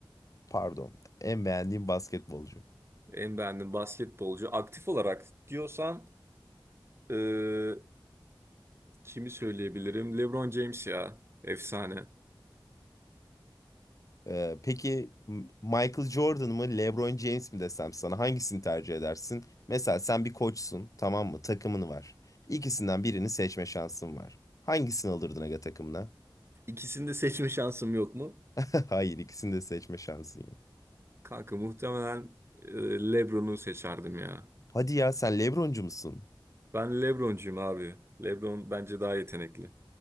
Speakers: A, on the left; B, on the right.
A: Pardon. En beğendiğim basketbolcu.
B: En beğendiğim basketbolcu. Aktif olarak diyorsan e, kimi söyleyebilirim? LeBron James ya. Efsane.
A: Ee, peki M- Michael Jordan mı LeBron James mi desem sana hangisini tercih edersin? Mesela sen bir koçsun tamam mı? Takımın var. İkisinden birini seçme şansın var. Hangisini alırdın aga takımına?
B: İkisini de seçme şansım yok mu?
A: <laughs> Hayır ikisini de seçme şansın yok.
B: Kanka muhtemelen e, LeBron'u seçerdim ya.
A: Hadi ya sen LeBroncu musun?
B: Ben LeBroncuyum abi. LeBron bence daha yetenekli.